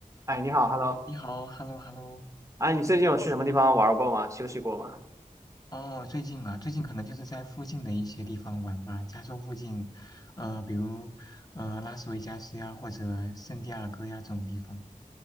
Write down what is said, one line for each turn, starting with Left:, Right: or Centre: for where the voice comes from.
Right: 哎，你好，Hello。
Left: 你好，hello hello。
Right: 哎，你最近有去什么地方玩过吗？休息过吗？
Left: 哦，最近啊，最近可能就是在附近的一些地方玩吧，加州附近，呃，比如呃拉斯维加斯呀，或者圣地亚哥呀这种地方。